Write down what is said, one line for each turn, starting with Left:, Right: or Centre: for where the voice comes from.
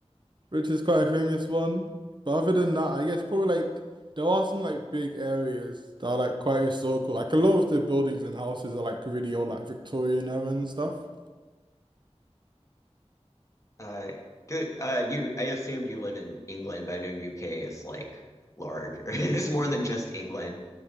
Right: which is quite a famous one. But other than that, I guess probably like there are some like big areas that are like quite historical. Like a lot of the buildings and houses are like really old, like Victorian era and stuff.
Left: Uh, do uh, you? I assumed you live in England, but I know UK is like large. <laughs> It's more than just England.